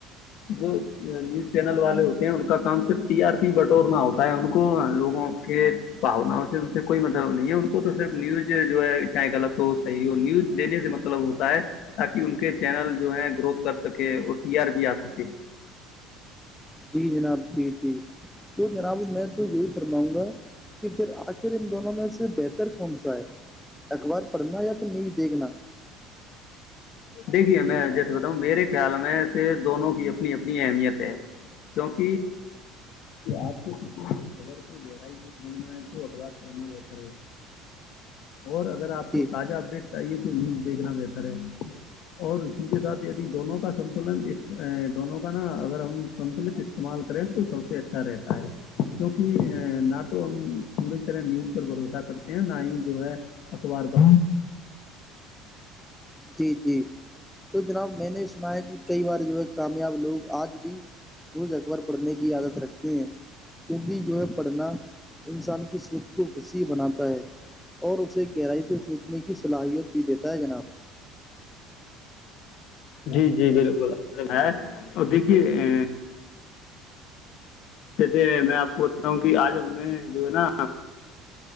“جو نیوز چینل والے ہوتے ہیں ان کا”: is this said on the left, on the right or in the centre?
Left